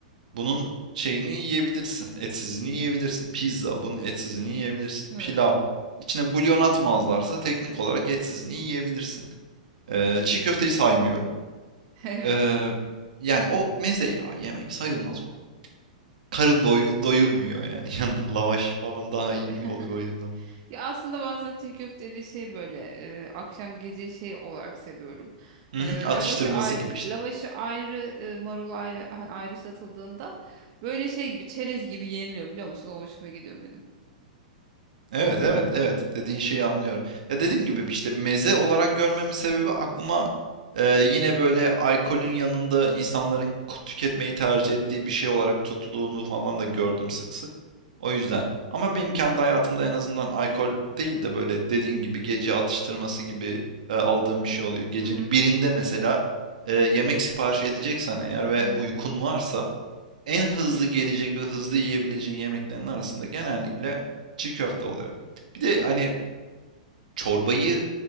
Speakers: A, on the right; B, on the right.
A: Bunun şeyini yiyebilirsin. Etsizini yiyebilirsin. Pizza bunun etsizini yiyebilirsin.
B: Evet.
A: Pilav. İçine bulyon atmazlarsa teknik olarak etsizini yiyebilirsin. Ee, çiğ köfteyi saymıyorum.
B: <laughs> Evet.
A: Ee, yani o meze ya yemek sayılmaz o. Karın doyu- doyurmuyor yani. <laughs> Yanında lavaş falan daha
B: <laughs>
A: iyi oluyor o yüzden.
B: Ya aslında bazen çiğ köfteyi de şey böyle e, akşam gece şey olarak seviyorum.
A: Hı
B: E,
A: hı, atıştırması
B: lavaşı ayrı,
A: gibi işte.
B: lavaşı ayrı, e, marulu ayrı, hani ayrı satıldığında böyle şey gibi çerez gibi yeniliyor biliyor musun? O hoşuma gidiyor benim.
A: Evet, evet, evet. Dediğin şeyi anlıyorum. Ya dediğim gibi işte meze olarak görmemin sebebi aklıma e, yine böyle alkolün yanında insanların ku- tüketmeyi tercih ettiği bir şey olarak tutulduğunu falan da gördüm sık sık. O yüzden. Ama benim kendi hayatımda en azından alkol değil de böyle dediğim gibi gece atıştırması gibi e, aldığım bir şey oluyor. Gecenin
B: Hı hı.
A: birinde mesela e, yemek sipariş edeceksen eğer ve
B: Evet,
A: uykun varsa en hızlı gelecek ve hızlı yiyebileceğin yemeklerin arasında genellikle çiğ köfte oluyor. Bir de hani çorbayı